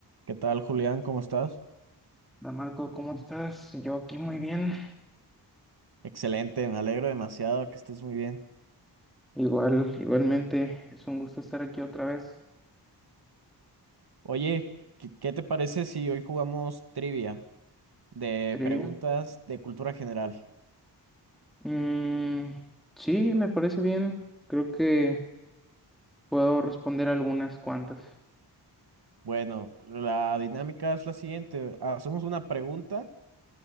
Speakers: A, on the right; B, in the centre.
A: ¿Qué tal, Julián? ¿Cómo estás?
B: Hola Marco, ¿cómo estás? Yo aquí muy bien.
A: Excelente, me alegro demasiado que estés muy bien.
B: Igual, igualmente, es un gusto estar aquí otra vez.
A: Oye, ¿qué, qué te parece si hoy jugamos trivia de
B: Trivia.
A: preguntas de cultura general?
B: Mm, sí, me parece bien. Creo que puedo responder algunas cuantas.
A: Bueno, la dinámica es la siguiente. Hacemos una pregunta